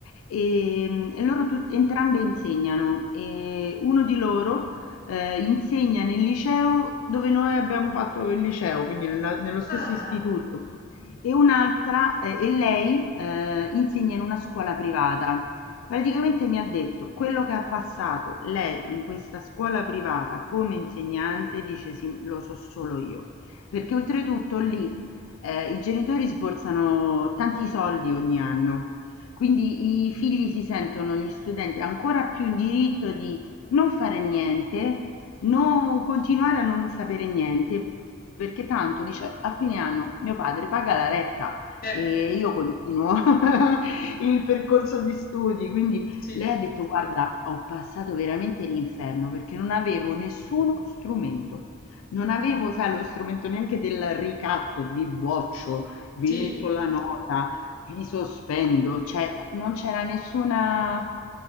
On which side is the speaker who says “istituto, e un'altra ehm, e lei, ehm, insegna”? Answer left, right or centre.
Left